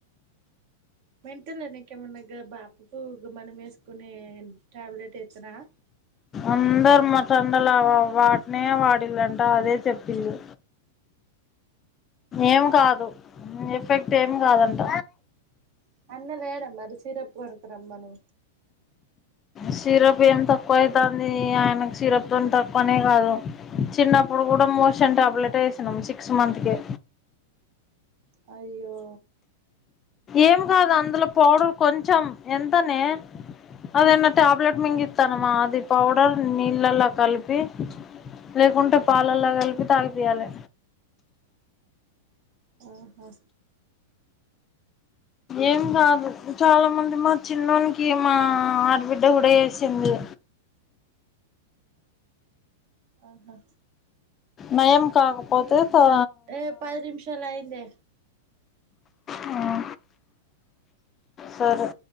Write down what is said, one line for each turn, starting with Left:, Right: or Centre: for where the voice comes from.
Right: మెంటల నీకేమన్నా గా బాప్ గు మనం వేసుకునే ట్యాబ్లెట్ ఏ చ్చనా
Left: అందరు మా సొందులో వాటినే వాడిళ్ళంటా అదే చెప్పిళ్లు ఏం
Right: ఆ
Left: కాదు ఎఫెక్ట్ ఏమి కాదంట
Right: అన్న లేేడ మరి సిర బోరుకురమ్మను
Left: సిరప్ ఏమి తక్కువ అయితాంది ఆయనకు సిరప్తోన్ తక్కువనే కాదు చిన్నప్పుడు కూడా మోషన్ టాబ్లెట్ వేసినాం సిక్స్ మంత్ కె
Right: అయ్యో
Left: ఏమి కాదు అందులో పౌడర్ కొంచెం ఎంతనే అదేన్న టాబ్లెట్ మింగిస్తానమ్మా అది పౌడర్ నీళ్ళలా కలిపి లేకుంటే పాలలా కలిపి తాగిపీయ్యాలి
Right: ఆహా
Left: ఏం కాదు చాలా మంది మా చిన్నోనికి మా ఆడబిడ్డ కూడా ఏసింది
Right: ఆహా
Left: నయం కాకపోతే తా
Right: ఏ పది నిమిషాల అయ్యిందే
Left: హా సరే